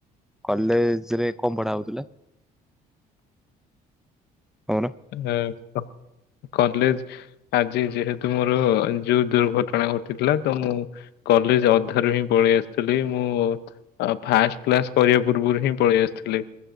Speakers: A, in the centre; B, on the left (about 75°).
A: କଲେଜ ରେ କଣ ପଢା ହଉଥିଲା? ଆଉ ନା
B: ଏଁ କଲେଜ ଆଜି ଯେହେତୁ ମୋର ଯୋଉ ଦୁର୍ଘଟଣା ଘଟିଥିଲା ତ ମୁଁ କଲେଜ ଅଧାରୁ ହିଁ ପଳେଇ ଆସିଥିଲି। ମୁଁ ଆଉ ଫାଷ୍ଟ କ୍ଲାସ କରିବା ପୂର୍ବରୁ ହିଁ ପଳେଇ ଆସିଥିଲି।